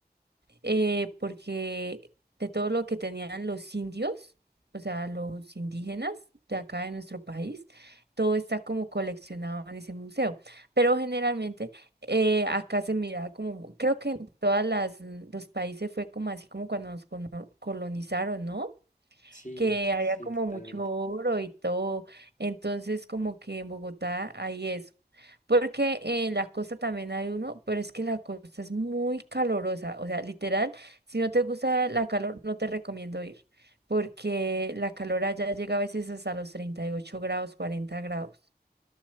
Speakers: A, on the right; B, on the left.
A: eh, porque de todo lo que tenían los indios, o sea, los indígenas de acá de nuestro país, todo está como coleccionado en ese museo. Pero generalmente eh, acá se miraba como, creo que en todas las los países fue como así como cuando nos cono- colonizaron, ¿no?
B: Sí,
A: que había
B: sí,
A: como
B: totalmente.
A: mucho oro y todo. Entonces, como que en Bogotá hay eso. Porque en la costa también hay uno, pero es que la costa es muy calurosa, O sea, literal, si no te gusta la calor, no te recomiendo ir. Porque la calor allá llega a veces hasta los 38 grados, 40 grados.